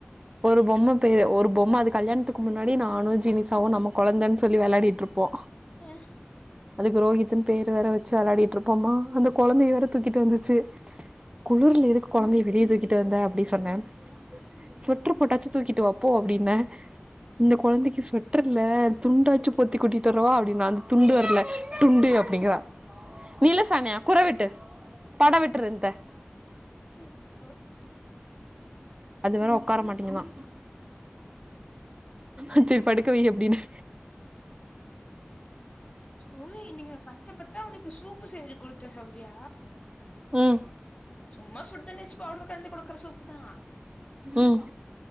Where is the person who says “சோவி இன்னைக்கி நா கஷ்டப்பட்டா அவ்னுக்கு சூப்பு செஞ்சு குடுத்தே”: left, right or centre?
Left